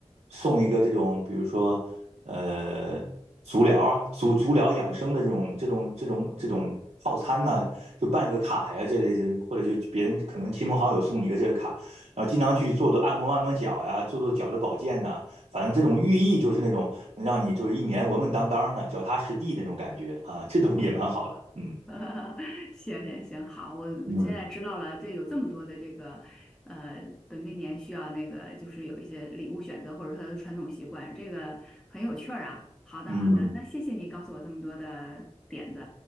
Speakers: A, on the right (about 80°); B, in the centre.
A: 送一个这种，比如说呃足疗啊，足足疗养生的这种这种这种这种套餐呢、就办个卡呀这类的，或者就别人可能亲朋好友送你一个这个卡，然后经常去做做按摩按摩脚呀，做做脚的保健呐、反正这种寓意就是那种让你就是一年稳稳当当的、脚踏实地那种感觉啊，这种也蛮好的。嗯
B: <laughs> 行行行，好，我现在知道了，
A: 嗯
B: 这有这么多的这个，呃，本命年需要那个，就是有一些礼物选择，或者他的传统习惯，这个很有趣儿啊。好的，
A: 嗯，
B: 好的，那谢谢你告诉我这么多的点子。